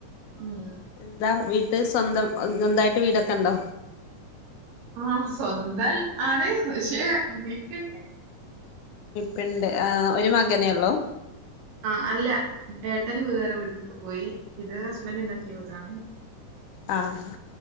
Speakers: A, on the right; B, on the left.
A: ഉം
B: എന്താ വീട് സ്വന്തം സ്വന്തായിട്ട് വീടൊക്കെ ഉണ്ടോ?
A: ആഹ് സ്വന്തം ആണ് പക്ഷെ മ്മീ പ്പീ ണ്ട്.
B: പിണ്ട് ആ ഒര് മകനെള്ളോ
A: ആഹ് അല്ല ഏട്ടന് വേറെ വീടെടു ത്ത് പോയി ഇത് ഹസ്ബന്റ് ഉണ്ടാക്കിയവീടാണ്
B: ആഹ്